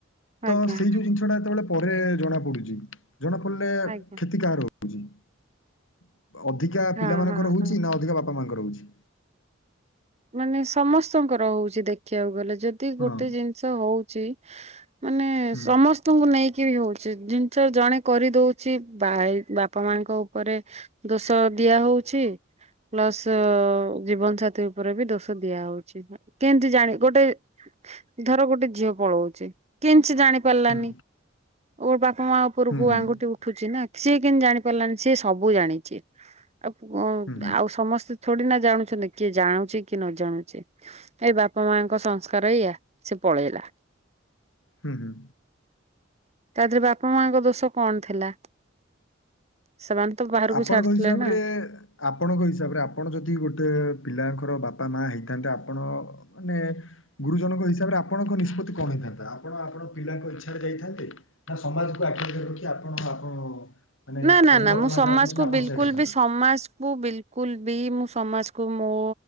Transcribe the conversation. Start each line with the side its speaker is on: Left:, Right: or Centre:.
Left: ତ
Right: ଆଜ୍ଞା
Left: ସେଇ ଯୋଉ ଜିନିଷ ଟା ଯେତେବେଳେ ପରେ ଜଣା ପଡୁଛି ଜଣା ପଡିଲେ
Right: ଆଜ୍ଞା
Left: କ୍ଷତି କାହାର ଅଧିକା
Right: ହଁ
Left: ପିଲା ମାନଙ୍କର
Right: ହଁ
Left: ହଉଛି
Right: ହଁ।
Left: ନା ଅଧିକା ବାପା ମାଙ୍କର ହଉଛି। ହ
Right: ମାନେ ସମସ୍ତଙ୍କର ହଉଚି ଦେଖିବାକୁ ଗଲେ ଯଦି
Left: ହଁ
Right: ଗୋଟେ ଜିନିଷ ହଉଚି ମାନେ
Left: ହୁଁ
Right: ସମସ୍ତଙ୍କୁ ନେଇକି ବି ହଉଛି। ଜିନିଷ ଜଣେ କରି ଦଉଛିଇ ବାପା ମାଙ୍କ ଉପରେ ଦୋଷ ଦିଆ ହଉ ପ୍ଲସ ଜୀବନ ସା ଉପରେ ବି ଦୋଷ ଦିଆ ହଉଛି କେମିତି ଜାଣି ଗୋଟେ ଧର ଗୋଟେ ଝିଅ ପଳଉଛି କେନ୍ତି ସେ ଜାଣି ପାରିଲାନି
Left: ହୁଁ
Right: ଓ ବାପ ବାପା ମା ଉପରକୁ
Left: ହୁଁ ହୁଁ
Right: ଆଙ୍ଗୁଠି ଉଠୁଛି ନା ସିଏ କେମତି ଜାଣି ପାରିଲାନି ସି ସବୁ ଜାଣିଛି। ଆଉ କ
Left: ହୁଁ
Right: ଆଉ ସମସ୍ତେ ଛଡି ନା ଜାଣୁଛନ୍ତି କିଏ ଜାଣୁ କି ନ ଜାଣୁଛି ଏଇ ବାପା ମାଙ୍କ ସଂସ୍କାର ଏଇଆ ସେ ପଳେଇଲା।
Left: ହୁଁ ହୁଁ।
Right: ତା ଦେହରେ ବାପା ମାଙ୍କ ଦୋଷ କଣ ଥିଲା? ସେମାନେ ତ ବାହାରକୁ
Left: ଆପଣଙ୍କ
Right: ଛାଡୁଥିଲେ
Left: ହିସାବରେ
Right: ନା
Left: ଆପଣଙ୍କ ହିସାବରେ ଆପଣ ଯଦି ଗୋଟେ ପିଲାଙ୍କ ର ବାପା ମା ହେଇଥାନ୍ତେ ଆପଣ ମାନେ ଗୁରୁଜନଙ୍କ ହିସାବରେ ଆପଣଙ୍କ ନିଷ୍ପତ୍ତି କଣ ହେଇଥାନ୍ତା? ଆପଣ ଆପଣ ପିଲାଙ୍କ ଇଚ୍ଛାରେରେ ଯାଇଥାନ୍ତେ ନା ସମାଜକୁ ଆଖି ଆଗରେ ରଖି ଆପଣ ଆପଣ ମାନେ
Right: ନା ନା
Left: ସବୁ
Right: ନା
Left: ଆପଣ
Right: ମୁଁ ସମାଜକୁ
Left: ଯାହା କହୁଛନ୍ତି
Right: ବିଲକୁଲ
Left: ସେଇଆ କରିଥାନ୍ତେ
Right: ବି ସମାଜ ମୁଁ ବିଲକୁଲ ବି ମୁଁ ସମାଜକୁୁ ମୋ